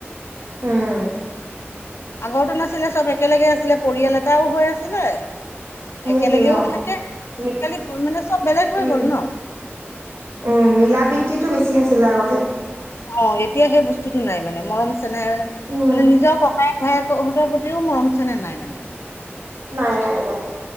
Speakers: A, on the right; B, on the left.
A: উম
B: আগতো নাছিলে চব একেলগে আছিলে পৰিয়াল এটাও হৈ আছিলে
A: সেইটোৱে
B: একেলগেও
A: অ
B: থাকে আজিকালি
A: মি-
B: মানে চব বেলেগ
A: উম
B: হৈ গল ন
A: উম মিলা প্ৰীতিটো বেছি আছিলে আগতে
B: অ এতিয়া সেই বস্তুতো নাই মানে মৰম চেনেহে মানে
A: উম
B: নিজৰ ক ককায়েক ভায়েক হঁতৰ প্ৰতিও মৰম চেনেহ নাই মানে
A: নাই নাই নাই